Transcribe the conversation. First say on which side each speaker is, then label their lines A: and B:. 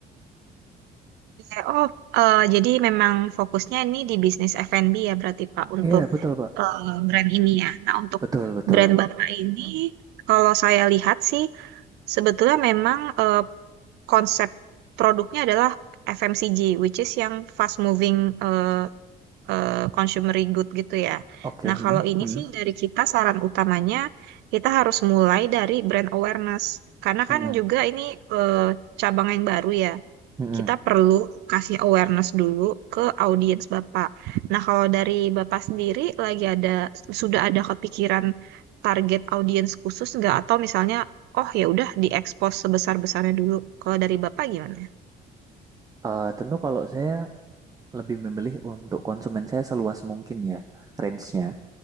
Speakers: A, on the right; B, on the right.
A: Iya, Oh, eh, jadi memang fokusnya ini di bisnis F&B ya berarti Pak untuk
B: Iya, yeah, betul, Pak.
A: eh, brand ini ya. Nah, untuk
B: Betul, betul.
A: brand Bapak ini kalau saya lihat sih sebetulnya memang eh, konsep produknya adalah FMCG which is yang fast moving eh, eh, consumer good gitu ya.
B: Oke,
A: Nah,
B: hmm,
A: kalau ini
B: hmm,
A: sih dari kita saran utamanya kita harus mulai dari brand awareness karena
B: hmm,
A: kan juga ini eh, cabang yang baru ya
B: hmm. hmm.
A: kita perlu kasih awareness dulu ke audiens Bapak. Nah, kalau dari Bapak sendiri lagi ada sudah ada kepikiran target audiens khusus nggak atau misalnya oh ya udah diekspos sebesar-besarnya dulu. Kalau dari Bapak gimana?
B: Eh, tentu kalau saya lebih memilih untuk konsumen saya seluas mungkin ya range-nya.